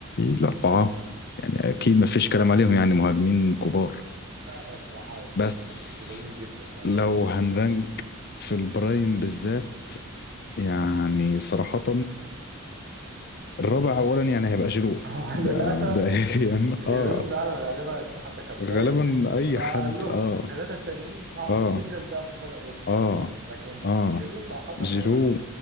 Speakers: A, on the left; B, on the right.
A: الأربعة يعني أكيد ما فيش كلام عليهم يعني مهاجمين كبار
B: آه، صراحه أسط-
A: بس
B: اسطوريين جدا آه.
A: لو هنرنك في البرايم بالذات يعني صراحة الرابع اولا يعني هيبقى جيرو
B: هو
A: ده
B: للأسف
A: مبدئيا
B: جيرو
A: <laughs> اه
B: فعلا غالبا حتى كبرايم
A: غالبا اي
B: بقى
A: حد
B: قال لهم
A: اه
B: الثلاثة التانيين صعب
A: اه
B: جدا تعرف تفرق بينهم
A: اه
B: لكن
A: اه
B: جيرو صراحة هيبقى
A: جيرو